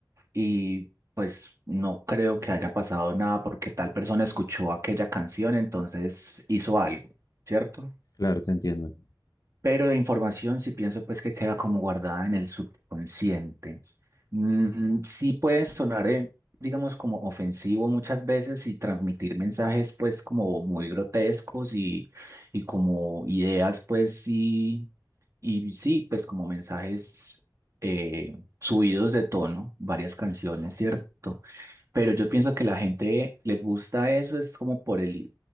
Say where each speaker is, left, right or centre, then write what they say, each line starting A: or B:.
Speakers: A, on the right; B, on the left.
A: y pues no creo que haya pasado nada porque tal persona escuchó aquella canción, entonces hizo algo, ¿cierto?
B: Claro, te entiendo.
A: Pero la información sí pienso pues que queda como guardada en el subconsciente. Mm, sí puede sonar, eh, digamos, como ofensivo muchas veces y transmitir mensajes pues como muy grotescos y, y como ideas pues sí, y sí, pues como mensajes eh, subidos de tono, varias canciones, ¿cierto? Pero yo pienso que la gente le gusta eso, es como por el